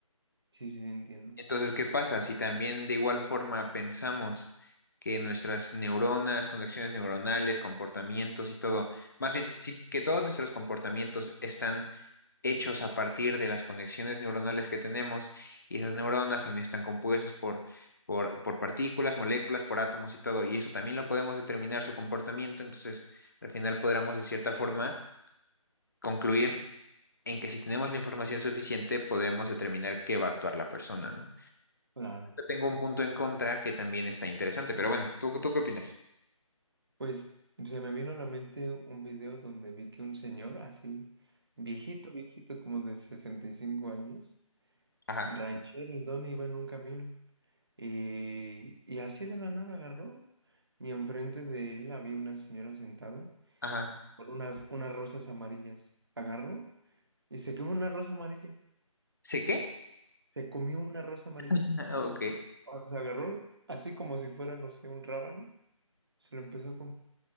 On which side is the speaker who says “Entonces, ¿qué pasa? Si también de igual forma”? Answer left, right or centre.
Left